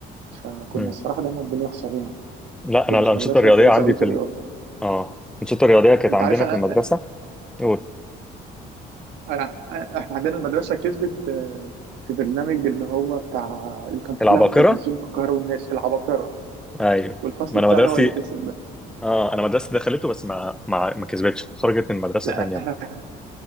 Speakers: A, on the right; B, in the centre.
A: فكنا
B: مم.
A: الصراحه دايما بنخسر يعني
B: لا انا
A: ما كناش
B: الانشطه
A: مدرسه
B: الرياضيه
A: كويسه
B: عندي
A: قوي
B: في
A: في الرياضه
B: ال... اه الانشطه الرياضيه كانت
A: انت
B: عندنا
A: عارف انا
B: في المدرسه قول
A: انا احنا عندنا المدرسه كسبت آه، في برنامج اللي هو بتاع اللي كان
B: العباقره
A: طلع على التلفزيون في القاهره والناس العباقره
B: ايوه
A: والفصل
B: ما انا
A: بتاعي
B: مدرستي
A: هو اللي كسب ده
B: اه انا مدرستي دخلته بس ما ما ما كسبتش خرجت من مدرسه
A: لا
B: تانية
A: احنا